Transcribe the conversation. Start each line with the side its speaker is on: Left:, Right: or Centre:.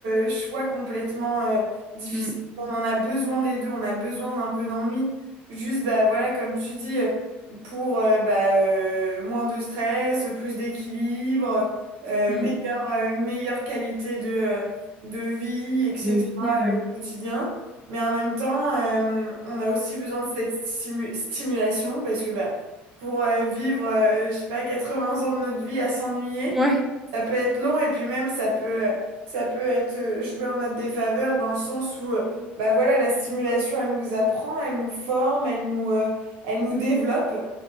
Right: euh, choix complètement euh, difficiles.
Centre: mm.
Right: On en a besoin des deux, on a besoin d'un peu d'ennui. Juste, bah, voilà, comme tu dis, euh, pour euh, bah, euh, moins de stress, plus d'équilibre, euh,
Centre: mm.
Right: meilleure, euh, une meilleure qualité de, euh, de vie, etc.
Centre: De vie, ouais.
Right: euh, au quotidien. Mais en même temps, euh, on a aussi besoin de cette stimu- stimulation parce que bah, pour euh, vivre, euh, je sais pas, 80 ans de notre vie à s'ennuyer,
Centre: Ouais.
Right: ça peut être long et puis même ça peut... euh, ça peut être euh, joué en notre défaveur dans le sens où, euh, bah voilà, la stimulation, elle nous apprend, elle nous forme, elle nous, euh, elle nous développe.